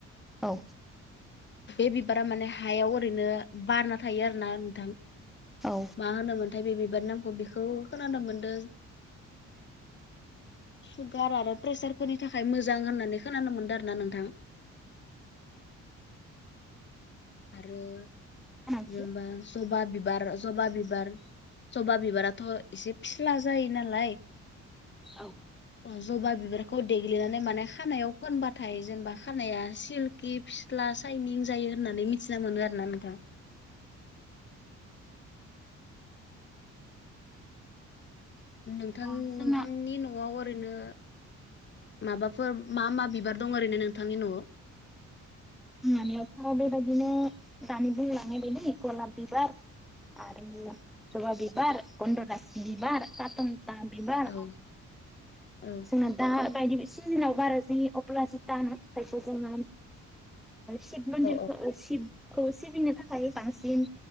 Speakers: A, in the centre; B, on the left.
A: औ
B: बे बिब बारा माने हायाव ओरैनो बारना थायो आरो ना नोंथां।
A: औ
B: मा होनोमोनथाय बे बिबारनि नामखौ बेखौ खोनानो मोनदों। सुगार आरो प्रेसार फोरनि थाखाय मोजां होननानै मोनै खोनानो मोनदों आरो ना नोंथां। आरो
A: औ
B: जेनेबा जबा बिबार जबा बिबार जबा बिबाराथ' एसे फिस्ला जायो नालाय
A: औ
B: जबा बिबारखौ देग्लिनानै माने खानायाव फोनबाथाय जेनेबा खानाया सिलकि फिथ्ला साइनिं जायो होननानै मिथिना मोनो आरो ना नोंथां। नोंथां
A: ओ
B: नोंथांनि
A: जोंना
B: न'आव ओरैनो माबाफोर मा मा बिबार दं ओरैनो नोंथांनि न'आव
A: हानियावथ' बेबायदिनो दानि बुंलांनायबायलै गलाब बिबार आरो जबा बिबार गन्द'राज बिबारा खाथं दा बिबार
B: औ औ
A: जोंना दा बायदि सिजनाव बारा जि अब्ला जु दानो जायखौ जोङो शिब मन्दिरखौ
B: औ
A: शिबखौ सिबिनो थाखाय बांसिन